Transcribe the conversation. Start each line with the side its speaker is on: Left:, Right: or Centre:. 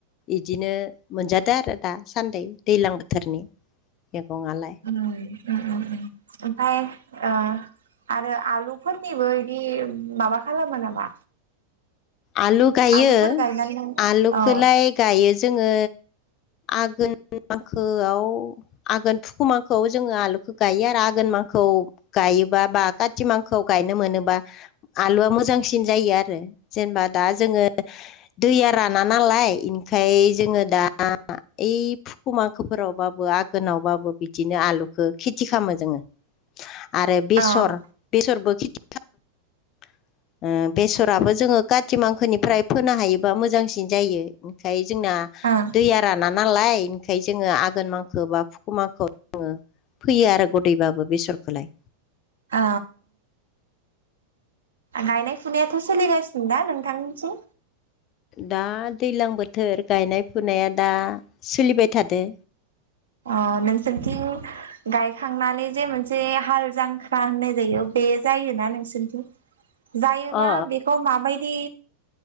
Left: इदिनो मोनजादो आरो दा सान्दै दैलां बोथोरनि। मेगंआलाय।
Right: उम उम उम। ओमफाय ओ आरो आलुफोरनिबो बे माबा खालामो नामा?
Left: आलु गायो
Right: आलुफोर गायनानै औ
Left: आलुखौलाय
Right: औ
Left: गायो जोङो आगोन मांखोआव आघोन फुखु मांखौआव जोङो आलुखौ गायो आरो आघोन मांखौ गा योबा बा काति मांखौ गायनो मोनोबा आलुआ मोजांसिन जायो आरो। जेनेबा दा जोङो दैया राना नालाय इनिखाय जोङो दा ओइ फुखुमांखोफोरावबाबो आघोनावबाबो बिदिनो आलुखौ खेथि खालामो जोङो। आरो बेसर
Right: ओ
Left: बेसरबो खेथि <inaudible> ओ बेसराबो जोङो काति मांखोनिफ्राय फोनो हायोबा मोजांसिन जायो ओंखाय जोंना
Right: औ
Left: दैया राना नालाय ओंखाय जोङो आघोन मांखौ बा फुखु मांखौ ङो फैयो आरो गदायबाबो बेसरखौलाय।
Right: औ। गायनाय फुनायाथ' सोलिगासिनो दा नोंथांनिथिं?
Left: दा दैज्लां बोथोर गायनाय फुनाया दा सोलिबाय थादो।
Right: अ नोंसोरनिथिं गायखांनानै जे मोनसे हाल जांख्रा होननाय जायो बे जायोना नोंसोरनिथिं जायोबा
Left: अ
Right: बेखौ माबायदि